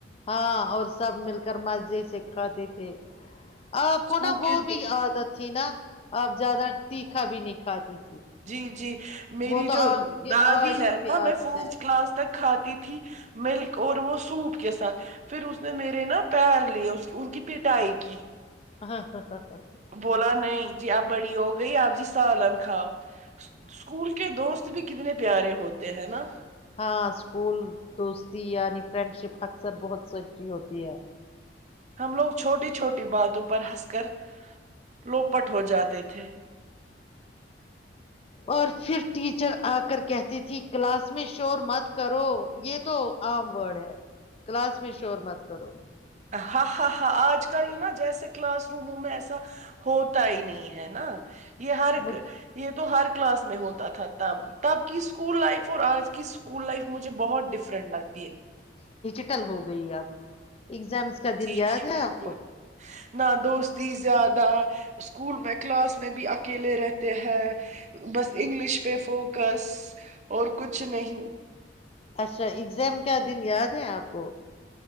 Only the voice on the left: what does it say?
ہاں اور سب مل کر مزے سے کھاتے تھے آپ کو
نا
وہ بھی
عادت تھی نا اب زیادہ تیکھا بھی نہیں کھاتی تھی
وہ تو
آپ کی
آج
کی بھی
عادت
ہے
ہاں ہاں ہاں ہاں
ہاں اسکول دوستی یعنی فرینڈشپ اکثر بہت سچی ہوتی ہے
اور پھر ٹیچر آ کر کہتی تھی کلاس میں شور مت کرو یہ تو عام ورڈ ہے کلاس میں شور مت کرو
مجھ
اٹل ہو گئی اب اگزامس کا دن
یاد ہے
آپ کو
اچھا اگزام کیا دن یاد ہے آپ کو